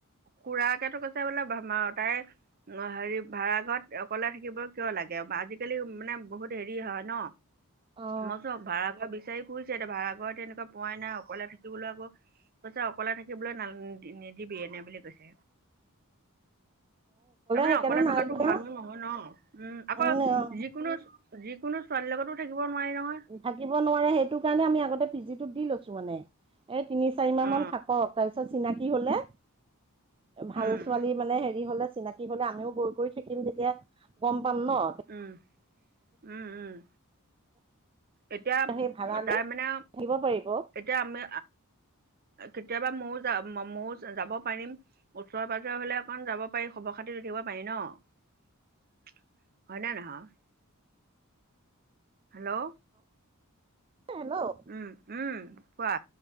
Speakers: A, on the right (about 45°); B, on the right (about 25°).
A: খুুৰাকেতো কৈছে বোলে তাই অ' হেৰি ভাড়াঘৰত অকলে থাকিব কিয় লাগে, আজিকালি মানে বহুত হেৰি হয় ন।
B: অ
A: মই চো ভাড়া বিচ বিচাৰি ফুৰিছে এতিয়া ভাড়া ঘৰত এনেকুৱা পোৱাই অকলে থাকিবলৈ আকৌ অকলে থাকিবলৈ নান নিদিবি এনে বুলি কৈছে তাৰমানে
B: সেইকাৰণে
A: অকলে
B: নাই
A: থকাটো
B: দিয়া
A: ভালো নহয় ন উম আকৌ
B: উম
A: যিকোনো যিকোনো ছোৱালীৰ লগতো থাকিব নোৱাৰি নহয়
B: থাকিব নোৱাৰে সেইটো কাৰণে আমি আগতে পি জিটোত দি লৈছো মানে এই তিনি চাৰি মাহ
A: অ
B: মান থাকক তাৰপিছত চিনাকি হলে ভাল
A: উম
B: ছোৱালী মানে হেৰি হলে চিনাকি হলে আমিও গৈ গৈ থাকিম যেতিয়া গম পাম ন
A: উম উম উম এতিয়া
B: সেই ভাড়া
A: তাৰ
B: লৈ
A: মানে
B: থাকিব পাৰিব অ
A: এতিয়া আমি কেতিয়াবা ময়ো যাম ময়ো যাব পাৰিম ওচৰে পাজৰে হলে অকণ যাব পাৰি খবৰ খাতি লৈ থাকিব পাৰি ন, হয় না নহয় হেল্ল'
B: হেল্ল'
A: উম উম কোৱা